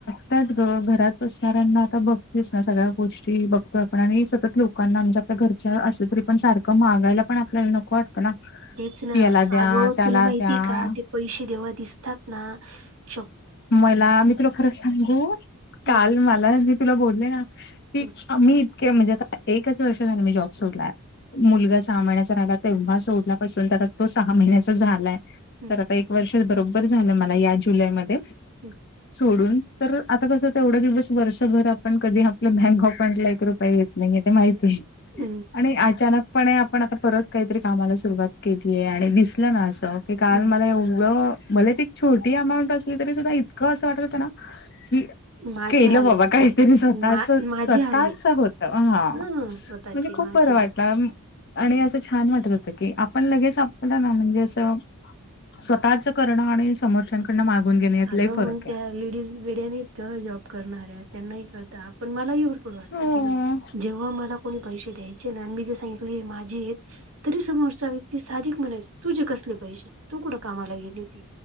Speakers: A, on the left; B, on the right.
A: त्यात ग, घरात बसणाऱ्यांना आता बघतीस ना सगळ्या गोष्टी बघतोय आपण आणि सतत लोक लोकांना आमच्या आपल्या घरच्या, असलं तरी पण सारखं मागायला पण आपल्याला नको नको वाटतं ना,
B: तेच ना
A: याला द्या,
B: अगं
A: त्याला
B: तुला माहिती
A: द्या.
B: का ते पैसे जेव्हा दिसतात ना श
A: मला, मी तुला खरं सांगू, काल
B: हम्म
A: मला तुला बोलले ना, की,
B: हम्म
A: आम्ही इतके म्हणजे आता एकच वर्ष झालं मी जॉब सोडला.
B: हम्म
A: मुलगा सहा महिन्याचा राहिला तेव्हा सोडल्यापासून तर तो सहा महिन्याचा झालायं.
B: हम्म
A: तर आता, एक वर्ष बरोबर झालं. मला या जुलैमध्ये.
B: हम्.
A: सोडून, तर आता कस तेवढं दिवस? वर्षभर आपण कधी आपल्या बँक अकाउंट ला, एक रुपया येत नाही ते माहित <unintelligible>
B: हम्म
A: आणि अचानकपणे पण आता परत काहीतरी कामाला सुरुवात केलीये आणि दिसलं ना असं की काल
B: हम्म.
A: मला एवढं, भले ती छोटी अमाऊंट असली तरी सुद्धा इतकं असं वाटत होत ना, की
B: माझे
A: केलं
B: आले
A: बाबा काहीतरी स्वतःच,
B: मा माझे
A: स्वतःच
B: आले
A: होत हा.
B: ह स्वतःचे
A: म्हणजे खूप
B: माझे
A: बरं वाटला आम. आणि असं छान वाटत होतं की, आपण लगेच आपल्याला ना म्हणजे असं स्वतःच करणं आणि समोरच्याांकडून मागून घेणं यात
B: अगं
A: लई फरक
B: मग त्या
A: हाय.
B: लेडीज. विड्यानी तर, जॉब करणाऱ्या त्यांनाही कळत आपण मलाही भरपूर वाटत
A: हो.
B: की म्हणजे, जेव्हा मला कोणी पैसे द्यायचे ना? आणि मी जे सांगितलेत माझे एत तरी समोरचा व्यक्ती सहाजिक म्हणायचा, तुझे कसले पैसे? तू कुठं कामाला गेले होती?